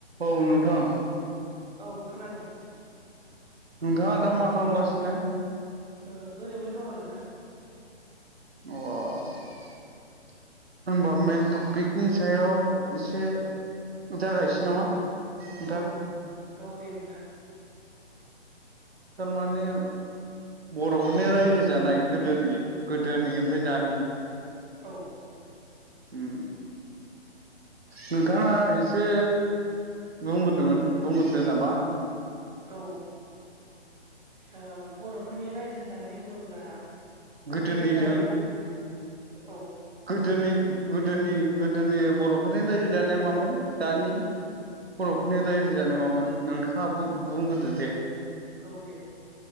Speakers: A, on the right; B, on the right.
A: औ नोंथां
B: औ खोनादों
A: नोंथाङा दा मा खालामगासिनो?
B: ओ ओरैनो दङ नोंथां।
A: अ होमबा मेन थफिखनि सायाव एसे जागायसै नामा? नोंथां
B: औ औ दे नोंथां।
A: थारमाने बर'फोरनि रायजो जानाय गोदोनि गोदोनि ओमफ्राय दानि
B: औ औ
A: उम नोंथाङा एसे बुंग्रदोमोन बुंग्रोदो नामा।
B: औ ओ बरफोरनि रायजो जानाय होनोब्ला गोदो
A: गोदोनिजों
B: गोदाय ब औ
A: गोदोनि गोदोनि गोदोनि बर'फोरनि रायजो जानाया मामोन दानि बर'फोरनि
B: औ औ
A: रायजो जानाया मामोन नोंथाङा बु-बुंग्रोदो दे।
B: औ दे